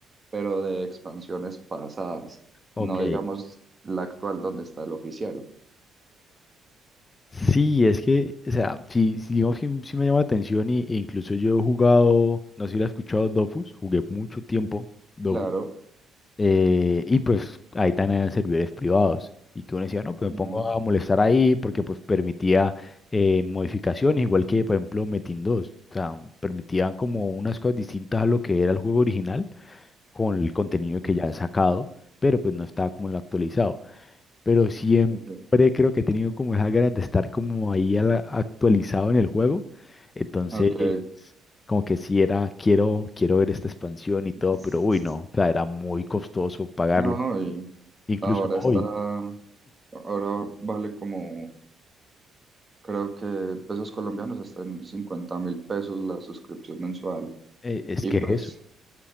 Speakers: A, on the right; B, on the left.
A: pero de expansiones pasadas,
B: ok.
A: no digamos la actual donde está el oficial.
B: Sí, es que, o sea, sí, sí, digamos que sí me llama la atención y, e incluso yo he jugado, no sé si lo has escuchado, Dofus, jugué mucho tiempo Dofus,
A: Claro.
B: eh, y pues ahí también eran servidores privados, y que uno decía, no, pues
A: ujú,
B: me pongo a molestar ahí porque pues permitía eh, modificaciones, igual que por ejemplo Metin 2, o sea, permitían como unas cosas distintas a lo que era el juego original con el contenido
A: sí,
B: que ya he sacado, pero pues no estaba como en lo actualizado pero siempre
A: ese,
B: creo que he tenido como esa ganas de estar como ahí a la- actualizado en el juego. Entonces,
A: Ok.
B: como que sí era, quiero, quiero ver esta expansión y todo,
A: S-
B: pero uy, no, o sea, era muy costoso pagarlo.
A: No, y
B: Incluso
A: ahora
B: hoy,
A: está. Ahora vale como, creo que en pesos colombianos está en cincuenta mil pesos la suscripción mensual.
B: eh, es
A: Y
B: que
A: pues,
B: es eso.